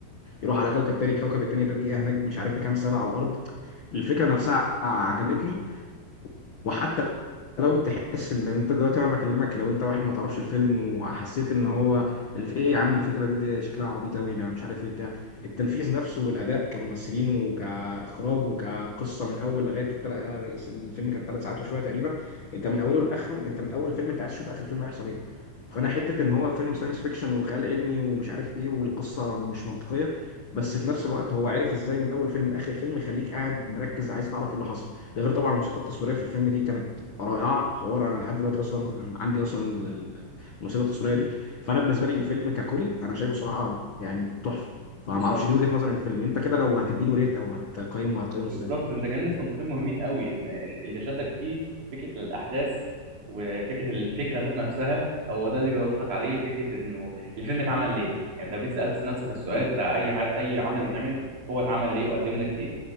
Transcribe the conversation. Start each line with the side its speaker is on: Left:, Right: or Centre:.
Left: يروح على كوكب تاني الكوكب التاني ده الدقيقه هناك مش عارف بكام سنه على الارض الفكره نفسها عجبتني وحتى لو تحس ان لو انت دلوقتي وانا بكلمك لو انت واحد ما تعرفش الفيلم وحسيت ان هو الف... ايه يا عم الفكره دي, دي شكلها عبيط قوي ده مش عارف ايه بتاع التنفيذ نفسه والاداء كممثلين وكاخراج وكقصه من اول لغايه التل... الفيلم كان ثلاث ساعات وشويه تقريبا انت من اوله لاخره انت من اول الفيلم انت عايز تشوف اخر الفيلم هيحصل ايه فانا حته ان هو فيلم ساينس فيكشن وخيال علمي ومش عارف ايه والقصه مش منطقيه بس في نفس الوقت هو عارف ازاي من اول فيلم لاخر الفيلم يخليك قاعد مركز عايز تعرف ايه اللي حصل ده غير طبعا الموسيقى التصويريه في الفيلم دي كانت رائعه حوار انا لحد دلوقتي اصلا عندي اصلا ال- ال- الموسيقى التصويريه دي فانا بالنسبه لي الفيلم ككل انا شايفه صراحه يعني تحفه فما
Right: بالظبط
Left: اعرفش دي وجهه نظري للفيلم انت كده لو هتديله ريت او هتقيمه هتقيمه ازاي؟
Right: بالظبط انت كان في نقطتين مهمين قوي ان ال- اللي شدك فيه فكره الاحداث وفكره الفكره ذات نفسها هو ده اللي بيطلق عليه فكره انه الفيلم اتعمل ليه يعني انت لو جيت سالت نفسك السؤال
Left: مم.
Right: بتاع اي ح- اي عمل بيتعمل هو اتعمل ليه وقدم لك ايه